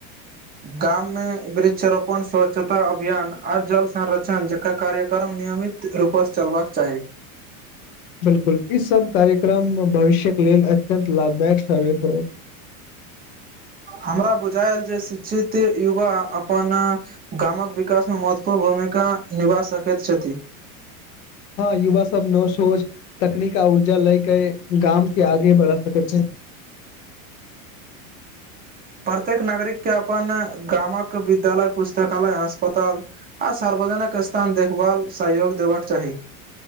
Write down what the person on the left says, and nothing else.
बिलकुल ई सभ कार्यक्रम मे भविष्य के लेल अत्यंत लाभदायक स्वागत अइ
हँ युवा सभ मे सोच तकनीक आ ऊर्जा लए के गाम के आगे बढ़ा सकैत छै